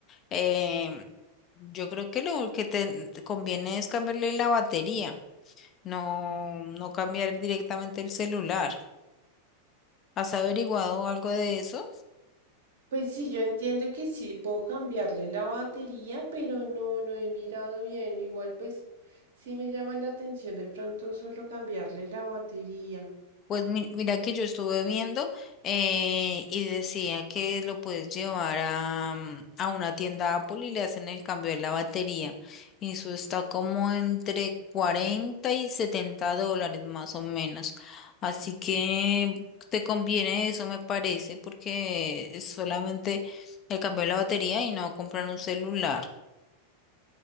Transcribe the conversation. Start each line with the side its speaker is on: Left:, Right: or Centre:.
Left: em, yo creo que lo que te, te conviene es cambiarle la batería, no, no cambiar directamente el celular. ¿Has averiguado algo de eso?
Right: pues sí, yo entiendo que sí puedo cambiarle la batería, pero no, no he mirado bien. Igual pues sí me llama la atención de pronto solo cambiarle la batería.
Left: Pues mi- mira que yo estuve viendo eh, y decía que lo puedes llevar a, mm, a una tienda Apple y le hacen el cambio de la batería. Y eso está como entre 40 y 70 dólares más o menos. Así que te conviene eso, me parece, porque es solamente el cambio de la batería y no comprar un celular.